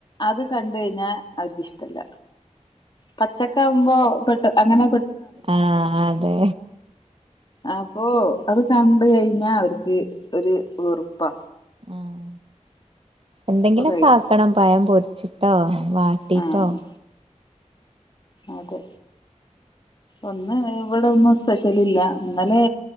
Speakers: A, on the left (about 35°); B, on the right (about 50°).
A: അത് കണ്ട കഴിഞ്ഞാൽ അവർക്ക്ിഷ്ടല്ല പച്ചക്കാവവുമ്പോ പെ അങ്ങനെെ
B: ആഹ അതെ
A: അപ്പൊ അത് കണ്ട കഴിഞ്ഞാ അവർക്ക് ഒരു വെറുപ്പാ
B: ആഹ് എന്തെങ്കിലൊക്കെ
A: അപ്പൊ കഴിക്കും
B: ആാക്കണം പയം പൊരിച്ചിട്ടോ വാട്ടിട്ടോ
A: ആഹ് അതെ ഒന്ന് ഇവിടെ ഒന്നും സ്പെഷ്യൽ ഇല്ല ഇ ന്നലെ